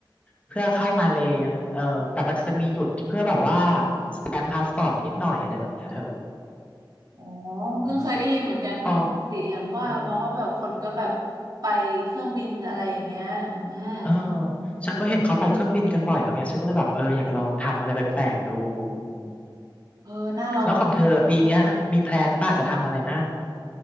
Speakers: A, on the left; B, on the right.
A: เพื่อเข้ามาเลยเออแต่มันจะมีหยุดเพื่อแบบว่าสแตมพาสปอร์ตนิดหน่อยอะไรแบบเนี้ยเธอ
B: อ๋อเพิ่งเคยได้ยินเหมือนกันเพราะปกติอย่างว่าเนาะว่าแบบคนก็แบบ
A: อืมอ๋อใช่
B: ไปเครื่องบินอะไรอย่างเงี้ยอืม
A: เออฉันก็เห็นเขาไปเครื่องบินกันบ่อยแล้วไงฉันก็เลยแบบเอออยากลองทำอะไรแปลกๆดูอืม
B: เออน่าลองเหมือน
A: แล้วของเธอปีเนี้ยมีแพลนป่ะจะทำอะไรมั่ง